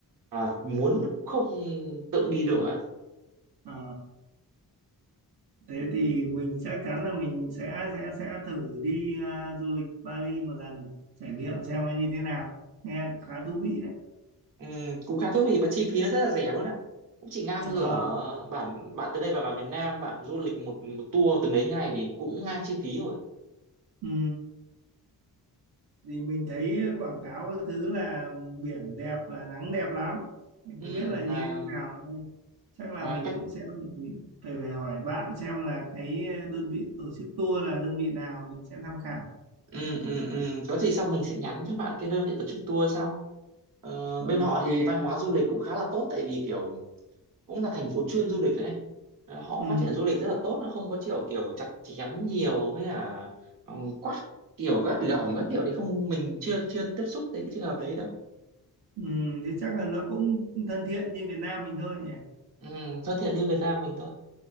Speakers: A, on the right; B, on the right.
A: à, muốn cũng không tự đi được á
B: Ờ, thế thì mình chắc chắn là mình sẽ sẽ sẽ thử đi à, du lịch Bali một lần trải nghiệm xem nó như thế nào. Nghe khá thú vị đấy.
A: Ừm, cũng khá thú vị mà chi phí nó rất là rẻ luôn á cũng chỉ ngang
B: Ờ.
A: ngửa bản bạn từ đây vào bản miền Nam bạn du lịch một một tour từng đấy ngày thì cũng ngang chi phí rồi
B: ừ. thì mình thấy quảng cáo thứ là biển đẹp và nắng đẹp lắm thì
A: Ừm,
B: không biết là như
A: mà
B: thế nào chắc là
A: mà
B: mình cũng sẽ phải phải phải hỏi bạn xem là cái đơn vị tổ chức tour là đơn vị nào mình sẽ tham khảo
A: ừ, ừ, ừ. có gì sau mình sẽ nhắn cho bạn cái đơn vị tổ chức tour sau Ờ,
B: ok
A: bên họ thì văn hóa du lịch cũng khá là tốt tại vì kiểu cũng là thành phố chuyên du lịch đấy Ờ, họ
B: ừ,
A: phát triển du lịch rất là tốt nó không có kiểu kiểu chặt chém nhiều với cả ừ, quắt kiểu gắt gỏng các kiểu thì không mình chưa chưa tiếp xúc tới cái trường hợp đấy đâu
B: ừ. thế chắc là nó cũng thân thiện như Việt Nam mình thôi nhỉ
A: ừ, thân thiện như Việt Nam mình thôi